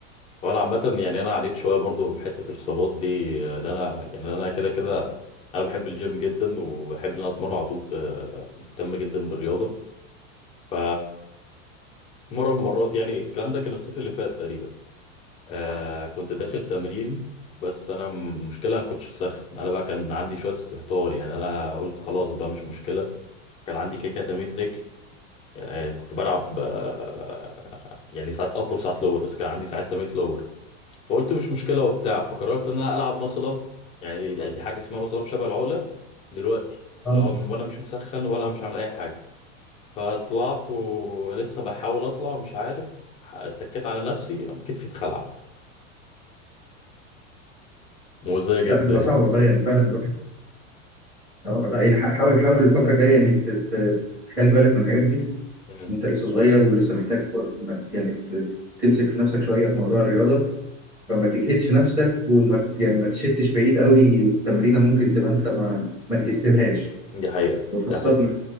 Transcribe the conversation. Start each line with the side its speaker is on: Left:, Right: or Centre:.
Left: وانا عامه يعني انا عليت شويه برضو في حته الاصابات دي آه، لأن انا يعني انا كده كده انا بحب الجيم جدا وبحب ان انا اتمرن على طول في مهتم جدا بالرياضه ف مره من المرات يعني الكلام ده كان الصيف اللي فات تقريبا آه كنت داخل تمرين بس انا م- مشكله ما كنتش مسخن انا بقى كان عندي شويه استهتار يعني انا قلت خلاص بقى مش مشكله كان عندي كده كده تمرين رجل يعني آه، كنت بلعب آه، يعني ساعات ابر وساعات لور بس كان عندي ساعات تمرين لور فقلت مش مشكله وبتاع فقررت ان انا العب ماسل اب يعني يعني دي حاجه اسمها ماسل اب شبه العقله دلوقتي
Centre: اه
Left: اللي هو م- وانا مش مسخن ولا مش عامل اي حاجه فطلعت ولسه بحاول اطلع مش عارف اتكيت على نفسي قام كتفي اتخلع مؤذية جدا
Centre: لا بتبقى
Left: يعني
Centre: صعبه والله يعني فعلا الواحد اه لا يعني ح- حاول حاول الفتره الجايه يعني ت- ت- تخلي بالك من الحاجات دي
Left: مم.
Centre: انت لسه صغير ولسه محتاج برضه إنك يعني ت- تمسك في نفسك شويه في موضوع الرياضه فما تجهدش نفسك وما تت- يعني ما تشتش بعيد قوي في تمرينه ممكن تبقى انت ما ما جهزتلهاش
Left: دي حقيقة
Centre: وخاصه
Left: دي حقيقة
Centre: إنك